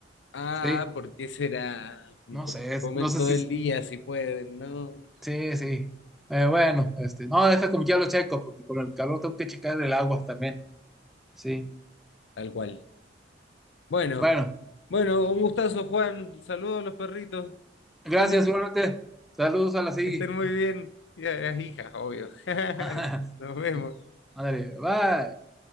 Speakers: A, on the left (about 70°); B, in the centre.
A: Ah,
B: Sí,
A: ¿por qué será?
B: no
A: Porque
B: sé, es-
A: comen
B: no sé
A: todo
B: si...
A: el día si pueden, ¿no?
B: Sí, sí. Eh, bueno, este, no, deja como ya lo checo, porque con el calor tengo que checar el agua también. Sí.
A: Tal cual. Bueno,
B: Bueno,
A: bueno, un gustazo, Juan. Saludos a los perritos.
B: gracias
A: <laughs>
B: igualmente. Saludos a la SIGI.
A: Que estén muy bien. Y a las hijas, obvio. <laughs>
B: <laughs>
A: Nos vemos.
B: Ándale, bye.